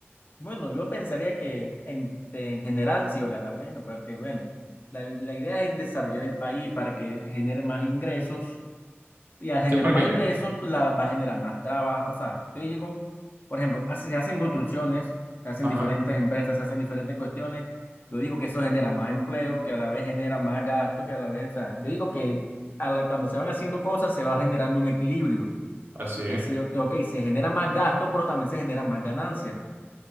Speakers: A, on the left; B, on the right.
A: Bueno, yo pensaría que en, en general sí vale la pena, porque bueno, la, la idea es desarrollar el país para que genere más ingresos Y al generar
B: Sí, porque,
A: más ingresos, pues, la, va a generar más trabajo. O sea, yo digo, por ejemplo, hace- se hacen construcciones, se hacen
B: ajá,
A: diferentes empresas, se hacen diferentes cuestiones. Yo digo que eso genera más empleo, que a la vez genera más gasto, que a la vez, o sea, yo digo que a la- cuando se van haciendo cosas se va generando un equilibrio.
B: así es,
A: Que sí, o- ok, se genera más gasto, pero también se generan más ganancias.